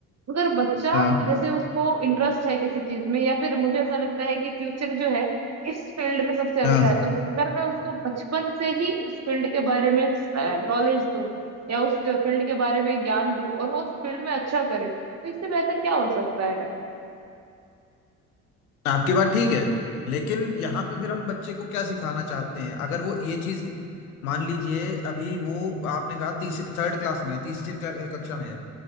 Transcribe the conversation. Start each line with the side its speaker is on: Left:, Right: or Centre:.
Right: अगर बच्चा
Left: हाँ
Right: जैसे उसको इंटरेस्ट है किसी चीज में या फिर मुझे ऐसा लगता है कि फ्यूचर जो है इस फील्ड में सबसे अच्छा
Left: हाँ
Right: है तो अगर मैं उसको बचपन से ही उस फील्ड के बारे में नॉलेज दूं या उस फील्ड के बारे में ज्ञान दूं और वो उस फील्ड में अच्छा करे तो इससे बेहतर क्या हो सकता है
Left: आपकी बात ठीक है लेकिन यहाँ पे फिर हम बच्चे को क्या सिखाना चाहते हैं अगर वो ये चीज मान लीजिए अभी वो आपने कहा तीसरी थर्ड क्लास में है तीसरी क्ला- कक्षा में है